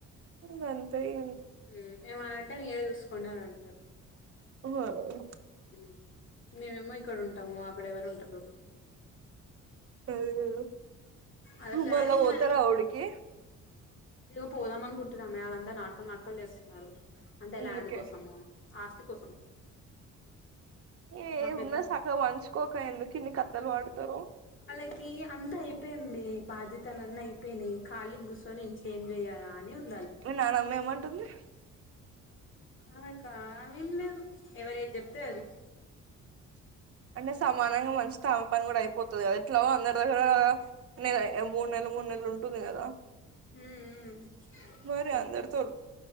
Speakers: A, on the right (about 50°); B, on the left (about 40°).
A: ఇంగ అంతే ఇగ
B: మ్ ఏమన్నా అంటే మీరే చూసుకోండి అని అంటారు
A: ఊ ఆ ఊ
B: మ్ మేమేమో ఇక్కడ ఉంటాము అక్కడ ఎవరు ఉంటారు
A: అదే కదా
B: అదే ప్లాన్
A: మళ్ళా
B: ఏంద
A: పోతార వుడికి
B: ఇగ పోదాం అనుకుంటున్నా మే వాళ్లందరు నాట్కలు నాట్కలు చేస్తున్నారు అంటే
A: అందుకే
B: ల్యాండ్ కోసము ఆస్తి కోసం
A: ఏ
B: మా పెద్ద
A: ఉన్నది సక్కగా పంచుకోక ఎందుకు ఇన్ని కథలు పడతారు
B: ఆళ్లాకి అంతా అయిపోయింది బాధ్యతలన్నీ అయిపోయినాయి ఖాళీ కూర్చొని ఇంట్లో ఏం చేయ్యాలా అని ఉం
A: మీ నానమ్మ ఏమంటుంది
B: ఆమేకా ఏం లేదు ఎవరు ఏది చెప్తే అది
A: అంటే సమానంగా పంచితే ఆమె పని కూడా అయిపోతది కదా ఎట్లాగో అందరి దగ్గర నెల మూడు నెల్ మూడు నెల్లు ఉంటుంది కదా
B: ఊమ్
A: మరి
B: ఉం ఊమ్
A: అందరితో